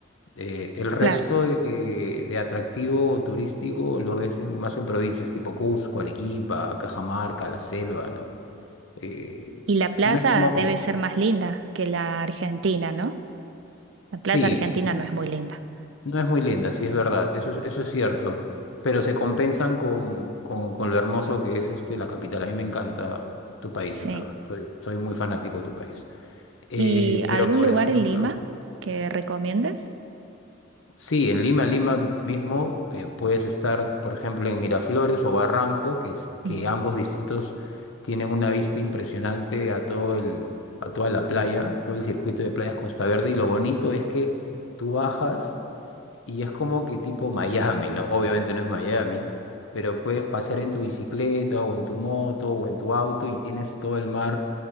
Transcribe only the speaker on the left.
Eh, el resto
de, de atractivo turístico lo ves en- más en provincias tipo Cusco, Arequipa, Cajamarca, la selva, ¿no? Eh,
no es como,
sí.
No es muy linda, sí es verdad, eso es, eso es cierto, pero se compensan con, con, con lo hermoso que es este, la capital. A mí me encanta tu país,
en verdad, soy, soy muy fanático de tu país. Eh,
pero, por
ejemplo,
sí, en Lima, Lima mismo, eh, puedes estar, por ejemplo, en Miraflores o Barranco, que, es- que
ambos distritos tienen una vista impresionante a todo el, a toda la playa, todo el circuito de playas Costa Verde, y lo bonito es que tú bajas. Y es como que tipo Miami, ¿no? Obviamente no es Miami, pero puedes pasear en tu bicicleta o en tu moto o en tu auto y tienes todo el mar